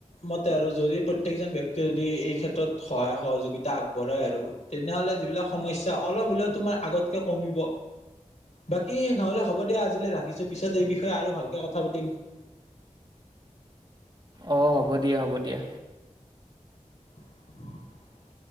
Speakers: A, on the left (about 65°); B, on the right (about 35°).
A: মতে আৰু যদি প্ৰত্যেকজন ব্যক্তিয়ে যদি এই ক্ষেত্ৰত সহায় সহযোগিতা আগবঢ়াই আৰু তেনেহলে যিবিলাক সমস্যা অলপ হ'লেও তোমাৰ আগতকে কমিব। বাকী নহলে হ'ব দিয়া আজিলৈ ৰাখিছো। পিছত এই বিষয়ে আৰু ভালকে কথা পাতিম।
B: অঁ হ'ব দিয়া হ'ব দিয়া।
A: <inaudible>